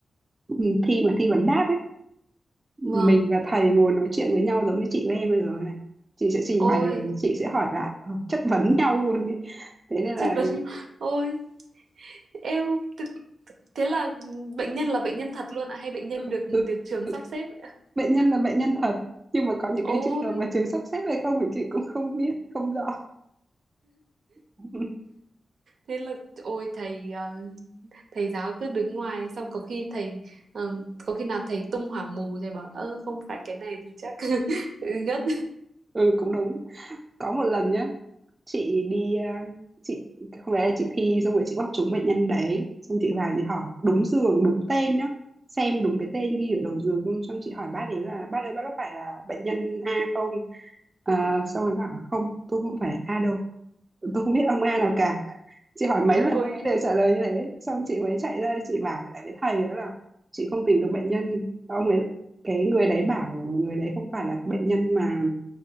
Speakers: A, on the right; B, on the right.
A: ừ, thi mà thi vấn đáp ấy mình
B: vâng,
A: và thầy ngồi nói chuyện với nhau giống như chị với em bây giờ này chị sẽ trình
B: ôi,
A: bày và chị sẽ hỏi lại ờ, chất vấn <laughs> nhau luôn đấy thế nên
B: chất
A: là
B: vấn, <laughs> ôi, eo, thực- thế là bệnh nhân là bệnh nhân thật luôn ạ hay bệnh nhân
A: ừ,
B: được
A: ừ,
B: được trường
A: ừ,
B: sắp xếp? ạ?
A: bệnh nhân là bệnh nhân thật nhưng mà có những
B: Ôi,
A: cái trường hợp mà trường sắp xếp hay không thì chị cũng không biết không rõ <laughs>
B: thế là, ôi thầy ờ, thầy giáo cứ đứng ngoài xong có khi thầy ừm, có khi nào thầy tung hỏa mù thầy bảo ơ không phải cái này thì chắc <laughs> ngất
A: ừ cũng đúng có một lần nhá chị đi ờ, chị không lẽ chị thi xong rồi chị bóc trúng bệnh nhân đấy xong chị vào chị hỏi đúng giường đúng tên nhá xem đúng cái tên ghi ở đầu giường luôn xong chị hỏi bác ấy là bác ơi bác có phải là bệnh nhân A không Ờ, xong rồi bảo là không tôi không phải A đâu tôi không biết ông A nào cả chị hỏi mấy
B: ôi
A: lần ông ấy đều trả lời như thế xong chị mới chạy ra chị bảo lại với thầy đó là chị không tìm được bệnh nhân ông ấy cái người đấy bảo người đấy không phải là bệnh nhân mà